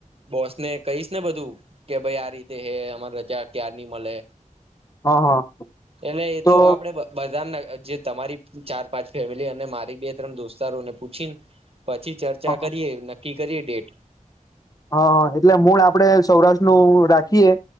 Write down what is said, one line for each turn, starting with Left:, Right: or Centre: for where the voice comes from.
Right: બોસને કહીશ ને બધું કે ભાઈ આ રીતે હે અમારી રજા ક્યારની મળે
Left: હા હા
Right: અલ્યા એતો
Left: તો
Right: આપડે બ બધા જે તમારી ચાર પાંચ ફેમિલી અને મારી બે ત્રણ દોસ્તારોને પૂછીને પછી ચર્ચા
Left: હા
Right: કરીએ, નક્કી કરીએ ડેટ
Left: હા એટલે મૂળ આપડે સૌરાષ્ટ્ર નું રાખીએ.